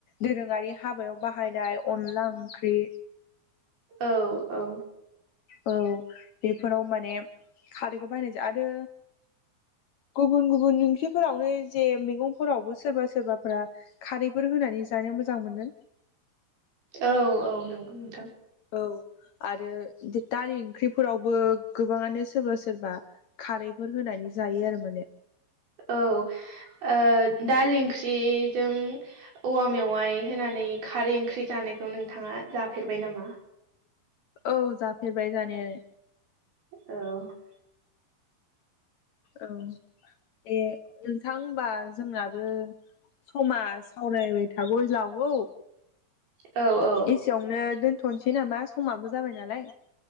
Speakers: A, on the left; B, on the right.
A: दोरोङारि हाबायाव बाहायनाय अनला ओंख्रि
B: औ औ
A: औ बेफोराव माने खारैखौ बायनायजों आरो गुबुन गुबुन ओंख्रिफोरावनो जे मैगंफोरावबो सोरबा सोरबाफोरा खारैफोर होनानै जानो मोजां मोनो
B: औ औ नंगौ नोंथां
A: औ आरो दालि ओंख्रिफोरावबो गोबाङानो सोरबा सोरबा खारैफोर होनानै जायो आरो माने
B: औ ओ दालि ओंख्रिजों औवा मेवाइ होनानै खारै ओंख्रि जानायखौ नोंथाङा जाफेरबाय नामा?
A: औ जाफेरबाय जानाया लाय।
B: औ
A: औ ए नोंथां होनबा जोंनाबो समा सावरायबाय थागौ जागौ
B: औ औ
A: एसेयावनो दोनथ'नोसै नामा समाबो जाबाय नालाय